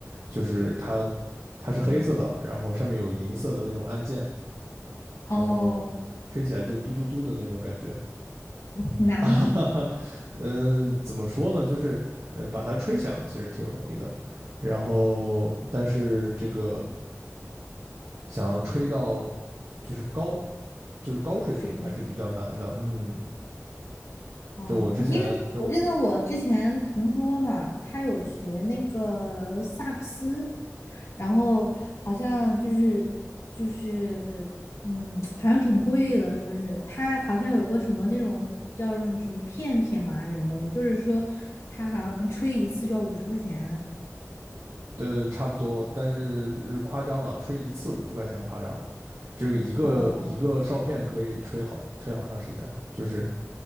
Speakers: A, on the right; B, on the left.
A: 就是它它是黑色的，
B: 嗯
A: 然后上面有银色的那种按键，
B: 哦，
A: 然后吹起来就嘟嘟嘟的那种感觉。
B: 难吗？
A: <laughs> 哈哈嗯，怎么说呢？就是嗯，呃把它吹响其实挺容易的，然后但是这个。想要吹到就是高，就是高水平还是比较难的。
B: 水平？
A: 嗯，
B: 哦，
A: 就我之前就
B: 因为我记得我之前同桌嘛，他有学那个萨克斯，然后好像就是就是，嗯，好像挺贵的，说是他好像有个什么那种叫什么片片嘛，还是什么东西，就是说他好像吹一次就要五十块钱。
A: 呃差不多，但是呃夸张了，吹一次五十块钱夸张了，这个一个一个哨片可以吹好吹好长时间呢，
B: 哦
A: 就是，